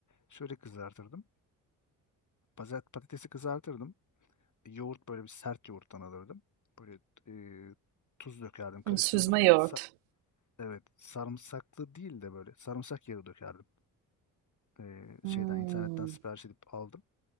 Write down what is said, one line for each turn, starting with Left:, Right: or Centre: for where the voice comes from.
Left: şöyle kızartırdım. Pazart patatesi kızartırdım. Yoğurt böyle bir sert yoğurttan alırdım. Böyle e, tuz dökerdim, karıştırdım.
Right: Hmm, Süzme yoğurt.
Left: Sa- evet, sarımsaklı değil de böyle sarımsak yağı dökerdim. E, şeyden
Right: Hmm,
Left: internetten sipariş edip aldım.